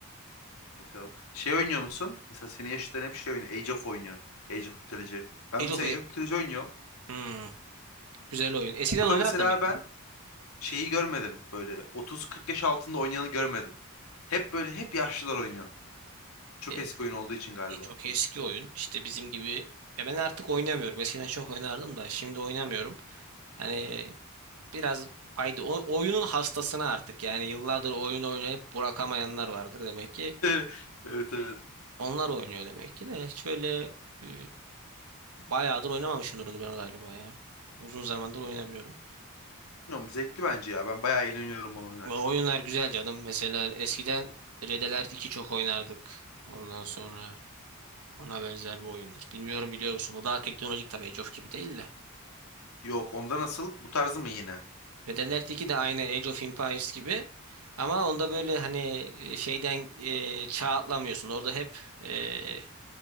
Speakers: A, on the left; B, on the right.
A: Bakalım. Şey oynuyor musun? Mesela senin yaşıtların hep şey oynuyor. Age of oynuyor. Age of Mythology. Ben
B: Age
A: mesela
B: of E-
A: Age of Mythology oynuyorum.
B: Hmm, güzel oyun. Eskiden
A: Orada
B: oynardım
A: mesela
B: ya.
A: ben şeyi görmedim. Böyle 30-40 yaş altında oynayanı görmedim. Hep böyle hep yaşlılar oynuyor. Çok
B: E,
A: eski oyun olduğu için galiba.
B: e, çok eski oyun. İşte bizim gibi. Ya ben artık oynamıyorum. Eskiden çok oynardım da şimdi oynamıyorum. Hani biraz fayda. O, oyunun hastasına artık. Yani yıllardır oyun oynayıp bırakamayanlar vardır demek ki.
A: <laughs> Evet evet.
B: Onlar oynuyor demek ki de. Hiç böyle e, bayağıdır oynamamışımdır onu ben galiba ya. Uzun zamandır oynamıyorum.
A: Bilmiyorum zevkli bence ya. Ben bayağı eğleniyorum onu oynarken.
B: Ve oyunlar güzel canım. Mesela eskiden Red Alert iki çok oynardık. Ondan sonra Ona benzer bir oyundur. Bilmiyorum biliyor musun? O daha teknolojik tabii Age of gibi değil de.
A: Yok onda nasıl? Bu tarzı mı yine?
B: Metal Gear 2 de aynı Age of Empires gibi. Ama onda böyle hani e, şeyden e, çağ atlamıyorsun. Orada hep e,